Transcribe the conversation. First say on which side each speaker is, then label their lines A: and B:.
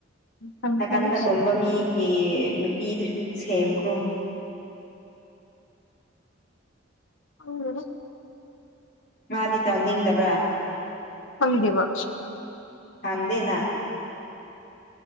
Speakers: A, on the left; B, on the left.
A: ꯀꯟꯐꯔꯦꯟꯁ
B: ꯅ ꯀꯗ ꯇꯣꯝꯕ ꯃꯤ ꯅꯨꯄꯤꯗꯨꯁꯨ ꯁꯦꯝꯈ꯭ꯔꯣ
A: ꯎꯝ
B: ꯃꯥꯗꯤ ꯆꯥꯎꯅꯤꯡꯗꯕ꯭ꯔꯥ
A: ꯍꯪꯒꯤꯦꯕ
B: ꯍꯪꯗꯅ